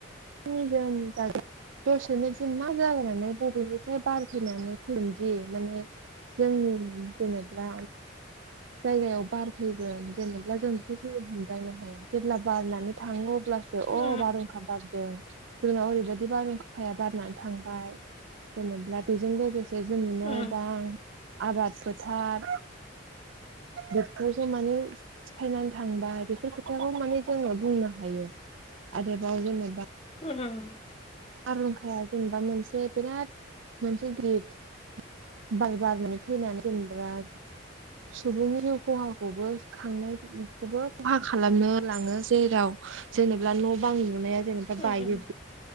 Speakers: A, on the right (about 70°); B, on the left (about 30°).
A: निजोम जागोन। दसेनो जे मा जानानै बबेनिफ्राय बार फैनानै फैयोदि माने जोंनि जेनेबा जायगायाव बार फैगोन जेनेबा जों जेबो हमदांनो हाया जेब्ला बारनानै थाङो अब्लासो अ
B: उम
A: बारहुंखा बार जोंनाव ओरैबायदि बारहुंखाया बारनानै थांबाय जेनेबा बेजों लोगोसे जोंनि न'
B: उम
A: बां आबाद फोथार बेखौ जे माने सिफायनानै थांबाय बेफोर खोथाखौ माने जोङो बुंनो हायो आरोबाव जेनबा
B: <unintelligible>
A: बारहुंखाया जेनेबा मोनसे बिराद मोनसे गिदिर बार बारनानै फैनानै जेनेबा सुबुंनि जिउ खहाखौबो खांनायखौबो खहा खालामनो लाङो जेराव जेनेबा न' बां लुनाया जेनेबा
B: उम
A: बायो
B: उम औ उम